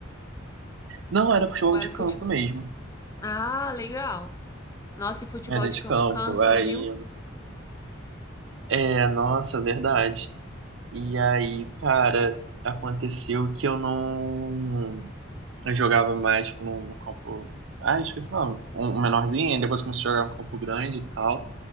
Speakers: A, on the right; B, on the left.
A: Não, era futebol
B: ou era
A: de
B: futebol?
A: campo mesmo.
B: Ah, legal. Nossa, e futebol
A: Era
B: de
A: de
B: campo
A: campo.
B: cansa,
A: Aí,
B: viu?
A: é, nossa, verdade. E aí, cara, aconteceu que eu não. Eu jogava mais, tipo, num, num campo. Ah, esqueci o nome. Um, um menorzinho, aí depois comecei a jogar no campo grande e tal.